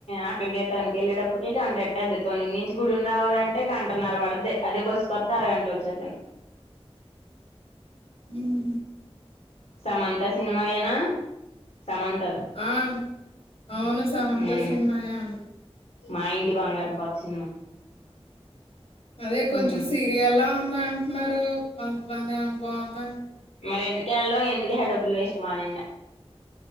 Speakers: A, on the left (about 85°); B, on the left (about 65°).
A: అక్కడికే తనికి వెళ్ళేటప్పటికే గంట ఎట్టద తుని నుంచి గుడిని రావాలంటే గంటనర పడద్ది అదే బస్ కొత్తే అరగంటలో వచ్చేతాను
B: ఉహా
A: సమంత సినిమా ఏనా సమంతావి
B: ఆ అవును సమంత
A: హ్మ్
B: సినిమాయే అన్
A: మా ఇంటి బంగారం కొత్త సినిమా
B: అదే కొంచెం
A: ఉమ్
B: సీరియల్లా ఉంది అంటున్నారు అ బా బాగుంద
A: మరి ఎందుకయ్యాల్నో ఎందుకె ఆ డబ్బులు వేస్ట్ మానేయండి